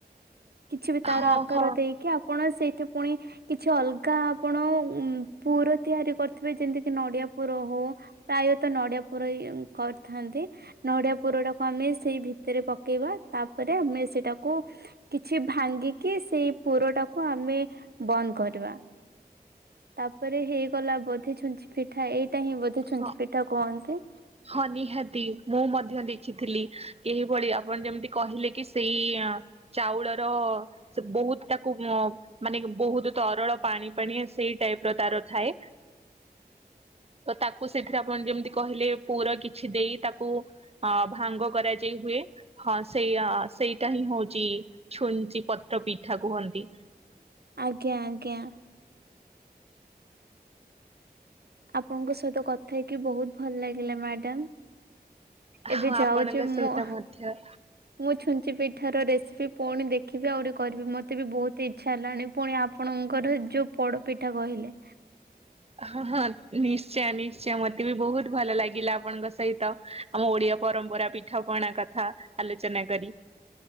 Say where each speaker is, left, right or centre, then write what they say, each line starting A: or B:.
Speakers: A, on the right; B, on the right.
A: କିଛି ବି ତାର
B: ହଁ
A: ଆକାର
B: ହଁ
A: ଦେଇକି ଆପଣ ସେଇଠି ପୁଣି କିଛି ଅଲଗା ଆପଣ ଉ ପୁର ତିଆରି କରିଥିବେ ଯେମିତି କିି ନଡିଆ ପୁର ହଉ। ପ୍ରାୟତଃ ନଡିଆ ପୁର କରିଥାନ୍ତି, ନଡିଆ ପୁର ଟା ଆମେ ସେଇ ଭିତରେ ପକେଇବା ତାପରେ ଆମେ ସେଇଟାକୁ କି କିଛି ଭାଙ୍ଗିକି ସେଇ ପୁରଟାକୁ ଆମେ ବନ୍ଦ କରିବା। ତାପରେ ହେଇଗଲା ବୋଧେ ଛୁଞ୍ଚି ପିଠା ଏଇଟା ହିଁ ବୋଧେ ଛୁଞ୍ଚି
B: ହଁ
A: ପିଠା କୁହନ୍ତି।
B: ହଁ ନିହାତି ମୁଁ ମଧ୍ୟ ଦେଖିଥିଲି ଏହିଭଳି ଆପଣ ଯେମିତି କହିଲେ କି ସେଇ ଚାଉଳର ସେ ବହୁତ ତାକୁ ଅ ମାନେ ବହୁତ ତରଳ ପାଣି ପାଣିଆ ସେଇ ଟାଇପ ର ତାର ଥାଏ। ତ ତାକୁ ସେଥିରେ ଆପଣ ଯେମିତି କହିଲେ ପୁର କିଛି ଦେଇ ତାକୁ ଅ ଭାଙ୍ଗ କରାଯାଇ ହୁଏ। ହଁ ସେଇଆ ସେଇଟା ହିଁ ହଉଚି ଛୁଞ୍ଚି ପତ୍ର ପିଠା କୁହନ୍ତି।
A: ଆଜ୍ଞା ଆଜ୍ଞା। ଆପଣଙ୍କ ସହିତ କଥା ହେଇକି ବହୁତ ଭଲ ଲାଗିଲା ମ୍ୟାଡାମ। ଏବେ
B: ହଁ ଆପଣଙ୍କ
A: ଯାଉଛି
B: ସହିତ
A: ମୁଁ
B: ମଧ୍ୟ।
A: ମୁଁ ଛୁଞ୍ଚି ପିଠା ର ରେସିପି ପୁଣି ଦେଖିବି ଆହୁରି କରିବି, ମତେ ବି ବହୁତ ଇ ଇଚ୍ଛା ହେଲାଣି ପୁଣି ଆପଣଙ୍କର ଯୋଉ ପୋଡପିଠା କହିଲେ।
B: ହଁ ହଁ ନିଶ୍ଚୟ ନିଶ୍ଚୟ ମତେ ବି ବହୁତ ଭଲ ଲାଗିଲା ଆପଣଙ୍କ ସହିତ। ଆମ ଓଡିଆ ପରମ୍ପରା ପିଠାପଣା କଥା ଆଲୋଚନା କରି।